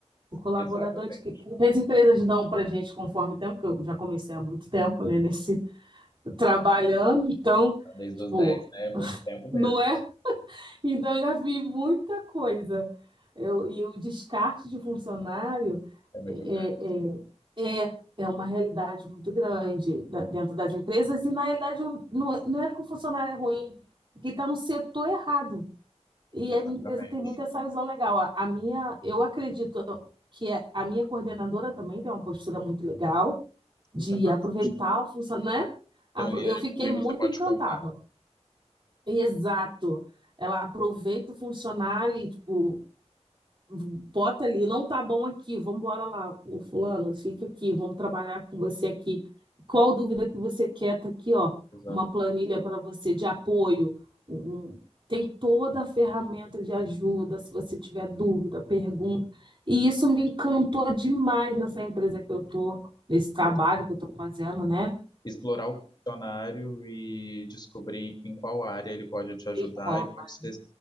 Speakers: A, on the right (about 45°); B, on the left (about 35°).
A: O colaborador
B: Exatamente.
A: de que, que as empresas dão para gente conforme o tempo, que eu já comecei há muito tempo, né, nesse trabalhando, então.
B: Desde os
A: Pô,
B: dez né? É muito tempo
A: não
B: mesmo.
A: é? Então eu já vi muita coisa. Eu, e o descarte de funcionário
B: É muito
A: é,
B: grande.
A: é, é, é é uma realidade muito grande da- dentro das empresas, e na realidade eu- não, é- não é que o funcionário é ruim, é que está no setor errado. E
B: Exatamente.
A: a minha empresa tem muito essa visão legal. A, a minha, eu acredito que a a minha coordenadora também tem uma postura muito legal de
B: Isso é importante,
A: aproveitar
B: né?
A: o funcionário, né? Apro-
B: Ter um líder
A: Eu fiquei
B: com quem
A: muito
B: você pode
A: encantada.
B: contar.
A: Exato. Ela aproveita o funcionário e, tipo, bota ali, não tá bom aqui, vamos embora lá, o fulano, fica aqui, vamos trabalhar com você aqui. Qual dúvida que você quer? Tá aqui, ó,
B: Exato.
A: uma planilha para você de apoio. um- um, tem toda a ferramenta de ajuda, se você tiver dúvida, pergunta. E isso me encantou demais nessa empresa que eu tô, nesse trabalho
B: Isso.
A: que eu tô fazendo, né?
B: explorar o funcionário e descobrir em qual área ele pode te ajudar
A: De copa.
B: e pode ser,